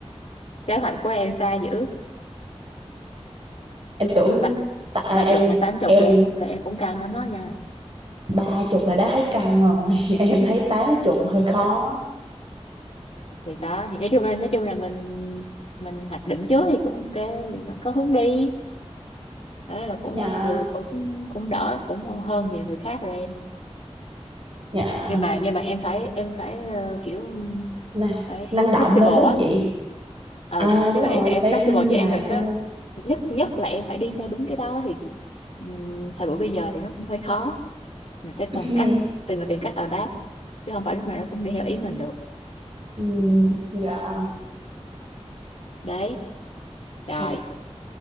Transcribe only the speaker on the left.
kế hoạch của em xa dữ
mà ba
ba
chục mà tám chục
là em cũng là em cũng căng lắm đó nha
thì đó thì nói chung là nói chung là mình mình hoạch định trước thì cũng ok thì mình có hướng đi đó là cũng
là cũng cũng đỡ cũng hơn nhiều người khác rồi em
nhưng mà nhưng mà em phải em phải ờ, kiểu
phải
flexible
á
ừ
nhưng
mà
ý là em
flexible
chứ
em đừng có
nhất nhất là em phải đi theo đúng cái đó thì ừm, thời buổi bây giờ thì nó cũng hơi khó mình sẽ
cần cách từng người tìm cách adapt chứ không phải lúc nào nó cũng đi theo ý mình được
đấy rồi